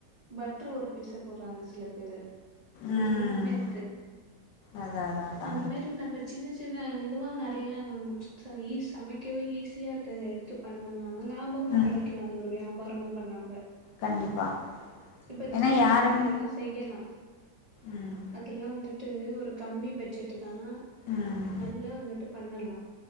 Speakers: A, on the right; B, on the left.
A: பட்ரு ஒரு பீஸு போடுறாங்க ச சில பேரு
B: ம்
A: எல்லாமே இருக்கு
B: அதா அதா அதா
A: அந்த மாரி நம்ம சின்ன சின்ன இதுவா நெறையா ச் ச ஈ சமைக்கவே ஈஸியா இருக்கத எடுத்துப் பண்ணம்னா லாபமு
B: ம்
A: கெடைக்கு அது ஒரு வியாபார பாரமா பண்ணா கூட
B: கண்டிப்பா
A: இப்ப இந்த
B: ஏன்னா
A: கேரட்
B: யாருமே
A: அல்வா எல்லா செய்யலா
B: ம்
A: அதெல்லா வந்துட் டு ஒரு கம் பட்ஜெட்டுதா
B: ம்
A: நல்லா வந்துட்டு பண்ணலா